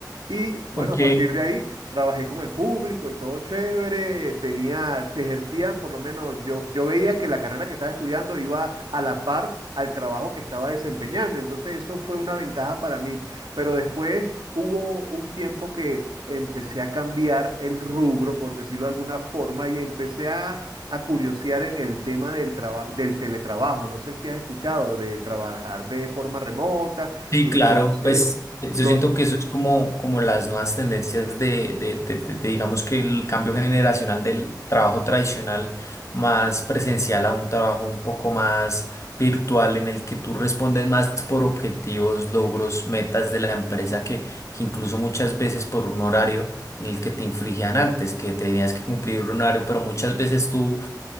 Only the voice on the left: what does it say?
Aunque
sí,
claro, pues eh, yo
siento que eso es como, como las nuevas tendencias de, de, de- de- de, digamos que el cambio generacional del trabajo tradicional más presencial a un trabajo un poco más virtual en el que tú respondes más por objetivos, logros, metas de la empresa que, que incluso muchas veces por un horario en el que te infringían antes, que tenías que cumplir un horario, pero muchas veces tú